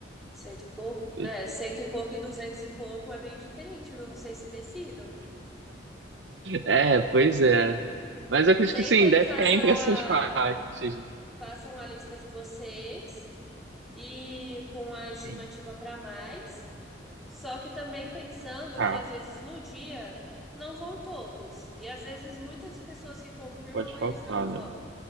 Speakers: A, in the centre; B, on the right.
A: cento e pouco,
B: <laughs>
A: né? Cento e pouco e duzentos e pouco é bem diferente, viu? Vocês se decidam.
B: É, pois é. Mas eu acredito
A: Sentem,
B: que sim, deve
A: façam
B: ficar entre essas
A: a,
B: faixas, né?
A: façam a lista de vocês. e com a estimativa
B: Sim.
A: para mais. Só que também pensando
B: Tá,
A: que às vezes no dia não vão todos. E às vezes muitas pessoas que confirmam,
B: pode faltar,
A: eles não
B: né?
A: vão.